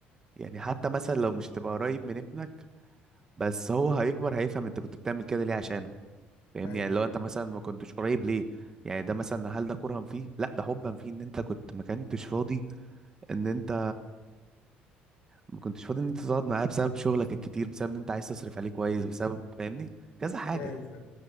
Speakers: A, on the right; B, on the left.
A: يعني حتى مثلا لو مش هتبقى قريب من ابنك بس هو هيكبر هيفهم انت كنت بتعمل كده ليه عشانه فاهمني
B: لا ايوه
A: يعني لو انت مثلا ما كنتش قريب ليه يعني ده مثلا هل ده كرها فيه لا ده حبا فيه ان انت كنت ما كنتش فاضي ان انت ما كنتش فاضي ان انت تقعد معاه بسبب شغلك الكتير بسبب ان انت عايز تصرف عليه كويس بسبب فاهمني كذا حاجة
B: لا ايوه